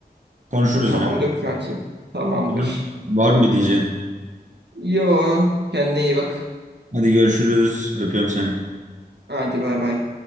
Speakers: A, on the right (about 45°); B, on the right (about 85°).
A: Konuşuruz
B: Tamamdır
A: yine.
B: kankim. Tamamdır.
A: Tamam. Var mı bir diyeceğin?
B: Yo kendine iyi bak.
A: Hadi görüşürüz. Öpüyorum seni.
B: Hadi bay bay.